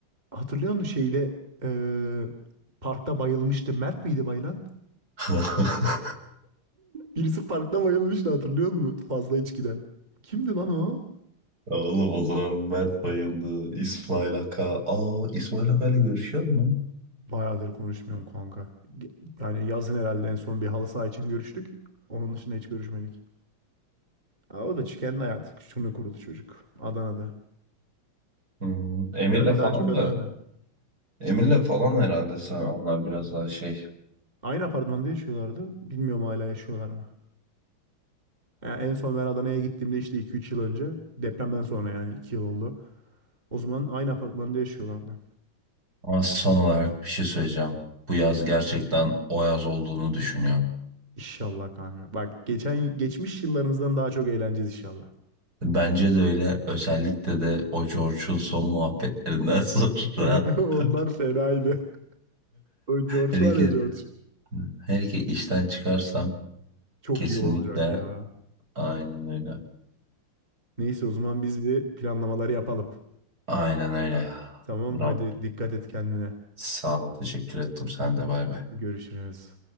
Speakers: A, on the right (about 20°); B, on the right (about 45°).
A: Hatırlıyor musun şeyde eee, parkta bayılmıştı. Mert miydi bayılan?
B: <laughs>
A: Birisi parkta bayılmıştı hatırlıyor musun? Fazla içkiden. Kimdi lan o?
B: Ya Oğlum o zaman Mert bayıldı. İsmail Aka. Aa İsmail Aka ile görüşüyor mu?
A: Bayağıdır konuşmuyorum kanka. Ge- Yani yazın herhalde en son bir halı saha için görüştük. Onun dışında hiç görüşmedik. Aa, o da kendi hayatı. Şunu kurulu çocuk. Adana'da.
B: Hmm, Emir'le
A: Herhalde
B: falan
A: daha çok Adana'da.
B: da. Emir'le falan herhalde sen onlar biraz daha şey.
A: Aynı apartmanda yaşıyorlardı. Bilmiyorum hala yaşıyorlar mı? Ya en son ben Adana'ya gittiğimde işte 2-3 yıl önce. Depremden sonra yani 2 yıl oldu. O zaman aynı apartmanda yaşıyorlardı.
B: Ama son olarak bir şey söyleyeceğim. Bu yaz gerçekten o yaz olduğunu düşünüyorum.
A: İnşallah kanka. Bak geçen geçmiş yıllarımızdan daha çok eğleneceğiz inşallah.
B: Bence de öyle. Özellikle de o George'un son muhabbetlerinden <laughs> sonra.
A: <laughs> Onlar
B: <laughs>
A: fenaydı. O George
B: Hele
A: var
B: ki,
A: ya George.
B: hele ki işten çıkarsam
A: Çok
B: Kesinlikle
A: iyi olacak ya.
B: aynen öyle.
A: Neyse o zaman biz bir planlamaları yapalım.
B: Aynen öyle.
A: Tamam
B: Buram.
A: hadi dikkat et kendine.
B: Sağ ol. Teşekkür ettim. Sen de bay bay.
A: Görüşürüz.